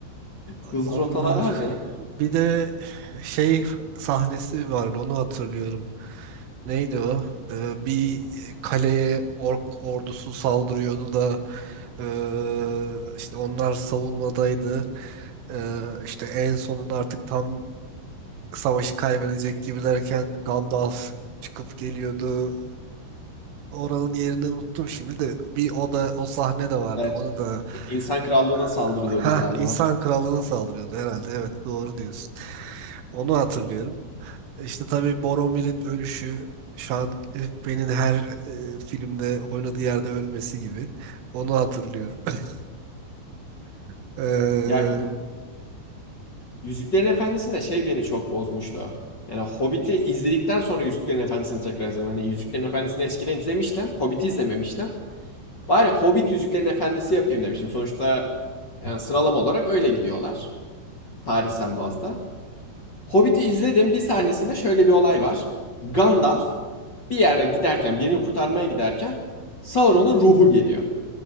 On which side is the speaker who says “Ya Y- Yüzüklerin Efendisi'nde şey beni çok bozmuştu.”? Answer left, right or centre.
Left